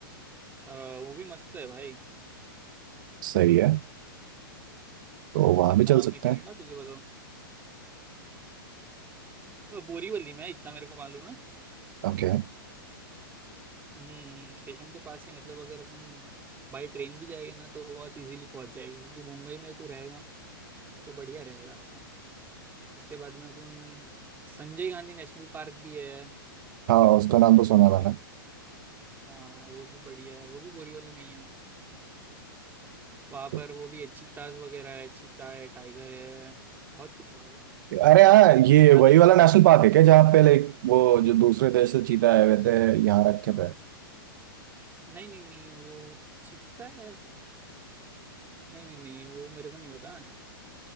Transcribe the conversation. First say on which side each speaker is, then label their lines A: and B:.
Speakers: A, on the right; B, on the right.
A: वो भी मस्त है भाई
B: सही है तो
A: अ, उसका
B: वहां
A: नाम
B: भी चल सकते
A: एक
B: हैं
A: मिनट ना तुझे बताओ अ, बोरीवली में है, इतना मेरे को मालूम है
B: ओके
A: हम्म स्टेशन के पास ही मतलब अगर अपन बाई ट्रेन भी जाएंगे ना तो बहुत इजीली पहुंच जाएगी क्योंकि मुंबई में तो रहेगा तो बढ़िया रहेगा ऐसा उसके बाद में अपन संजय गांधी नेशनल पार्क भी है
B: हाँ उसका नाम तो सुना था
A: हाँ वो भी बढ़िया है वो भी बोरीवली में ही है वहाँ
B: ना
A: पर वो भी है चीताज वगैरह है चीता है टाइगर है बहुत कुछ और है वहाँ पर
B: अरे हाँ ये
A: ज्यादातर
B: वही वाला नेशनल पार्क है क्या जहाँ पे लाइक वो जो दूसरे देश से चीता आए हुए थे यहाँ रखे थे
A: नहीं नहीं नहीं वो चीता है नहीं नहीं नहीं वो मेरे को नहीं पता